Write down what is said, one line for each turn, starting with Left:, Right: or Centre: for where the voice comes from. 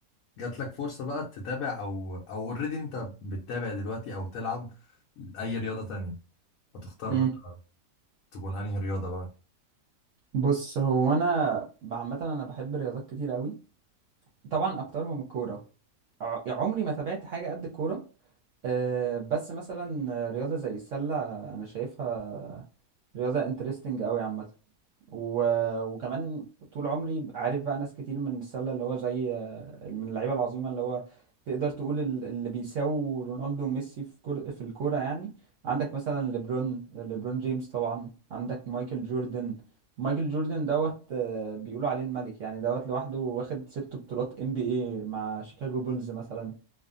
Left: جات لك فرصه بقى تتابع او او اوريدي انت بتتابع دلوقتي او تلعب اي رياضه تانية هتختار
Right: مم.
Left: تكون انهي رياضه بقى
Right: بص هو انا عامه انا بحب الرياضات كتير قوي طبعا اكترهم الكوره ع- عمري ما تابعت حاجه قد الكوره أه بس مثلا رياضه زي السله انا شايفها رياضه انترستنج قوي عامه و... وكمان طول عمري عارف بقى ناس كتير من السله اللي هو زي آه، من اللعيبه العظيمه اللي هو تقدر تقول ال- اللي بيساووا رونالدو وميسي في كر... في الكوره يعني عندك مثلا ليبرون ليبرون جيمس طبعا عندك مايكل جوردن مايكل جوردن دوت آه، بيقولوا عليه الملك يعني دوت لوحده واخد ست بطولات ان بي اي مع شيكاغو بولز مثلا